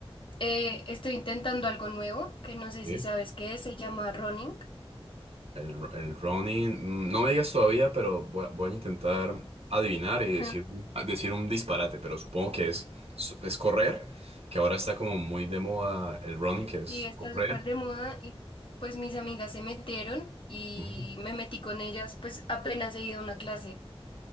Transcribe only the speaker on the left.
eh, estoy intentando algo nuevo que no sé
si sabes qué es, se llama running.
<laughs>
Sí, está
súper de moda y pues mis amigas se metieron y
me metí con ellas, pues apenas he ido a una clase